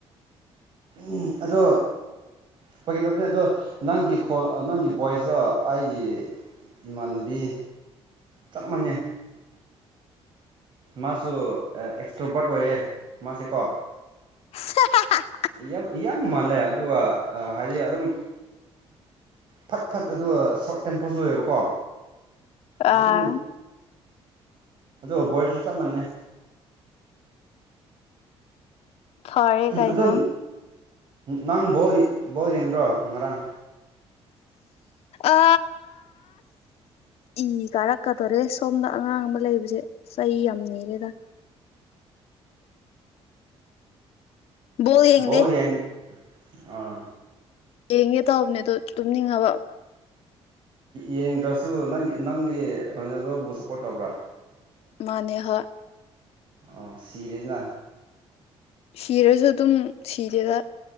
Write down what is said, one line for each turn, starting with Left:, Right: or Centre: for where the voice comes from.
Right: ꯎꯝ ꯑꯗꯣ ꯐꯒꯗꯕꯅꯦ ꯑꯗꯣ ꯅꯪꯒꯤ ꯅꯪꯒꯤ ꯚꯣꯏꯁꯇꯣ ꯑꯩꯒꯤ ꯏꯃꯥꯟꯅꯕꯤ ꯆꯞ ꯃꯥꯟꯅꯩ ꯃꯥꯁꯨ ꯑꯦꯛꯁꯇ꯭ꯔꯣꯄꯔꯠ ꯑꯣꯏꯌꯦ ꯃꯥꯁꯦꯀꯣ
Left: <inaudible>
Right: ꯌꯥꯝ ꯌꯥꯝ ꯃꯥꯜꯂꯦ ꯑꯗꯨꯒ ꯍꯥꯏꯗꯤ ꯑꯗꯨꯝ ꯐꯠ ꯐꯠ ꯑꯗꯨꯒ ꯁꯣꯔꯠ ꯇꯦꯝꯄꯣꯜꯁꯨ ꯑꯣꯏꯌꯦꯕꯀꯣ ꯑꯗꯨꯝ
Left: ꯑꯥ
Right: ꯑꯣ ꯚꯣꯏꯁꯁꯨ ꯆꯞ ꯃꯥꯟꯅꯩ
Left: ꯐꯔꯦ ꯀꯩꯅꯣ
Right: ꯑꯗꯣ ꯅꯪ ꯕꯧ ꯕꯧ ꯌꯦꯡꯗ꯭ꯔꯣ ꯉꯔꯥꯡ
Left: ꯑ ꯏ ꯀꯥꯔꯛꯀꯗꯣꯔꯦ ꯁꯣꯝꯗ ꯑꯉꯥꯡ ꯑꯃ ꯂꯩꯕꯁꯦ ꯆꯍꯤ ꯌꯥꯝ ꯅꯤꯔꯦꯗ ꯕꯣꯜ ꯌꯦꯡꯗꯦ
Right: ꯣ ꯌꯦꯡ ꯑꯥ
Left: ꯌꯦꯡꯒꯦ ꯇꯥꯎꯕꯅꯦ ꯑꯗꯣ ꯇꯨꯝꯅꯤꯡꯉꯕ
Right: ꯌꯦꯡꯗ꯭ꯔꯁꯨ ꯅꯪ ꯅꯪꯗꯤ ꯔꯣꯅꯦꯜꯗꯣꯕꯨ ꯁꯞꯄꯣꯔꯠ ꯇꯧꯕ꯭ꯔꯥ
Left: ꯃꯥꯅꯦꯍ
Right: ꯑ ꯁꯤꯔꯦꯗꯅ
Left: ꯁꯤꯔꯁꯨ ꯑꯗꯨꯝ ꯁꯤꯗꯦꯗ